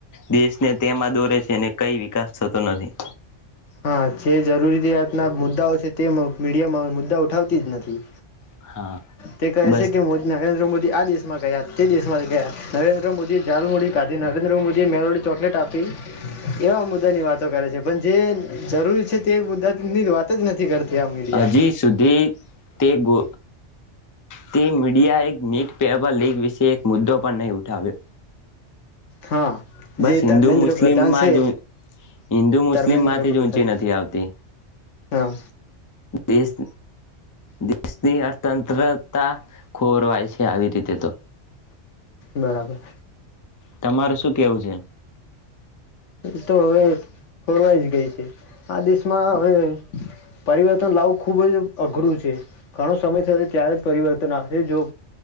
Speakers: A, on the left; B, on the left.
A: દેશ ને તેમાં દોરે છે ને કઈ વિકાસ થતો નથી.
B: હા છે જરૂરીયાતના મુદ્દાઓ છે તે મ-મીડિયામાં મુદ્દા ઉઠાવતી જ નથી.
A: હા
B: તે કહે
A: બસ
B: છે કે મો નરેન્દ્ર મોદી આ દેશમાં ગયા, તે દેશમાં ગયા. નરેન્દ્ર મોદીએ જાલમોડી કાધી, નરેન્દ્ર મોદીએ મેલોડી ચોકલેટ આપી, એવા મુદ્દાની વાતો કરે છે. પણ જે જરૂરી છે તે મુદ્દાની વાત જ નથી કરતી આ મીડિયા
A: હજી સુધી તે ગો તે મીડિયા એક નીત પેપર લીક વિશે એક મુદ્દો પણ નહી ઉઠાવ્યો
B: હા
A: બસ
B: જે
A: હિન્દુ
B: ધર્મેન્દ્ર
A: મુસ્લિમમાં
B: પ્રધાન છે
A: જ હિન્દુ મુસ્લિમ
B: ધર્મેન્દ્ર
A: માંથી
B: પ્રધાન
A: જ ઊંચી નથી આવતી.
B: હા
A: દેશ, દેશની અર્થ તંત્રતા ખોરવાય છે આવી રીતે તો.
B: બરાબર.
A: તમારો શું કેવું છે?
B: એ તો હવે ખોરવાઈ જ ગઈ છે. આ દેશમાં હવે પરિવર્તન લાવું ખુબ જ અઘરું છે. ઘણો સમય થયો છે ત્યારે જ પરિવર્તન આવશે જો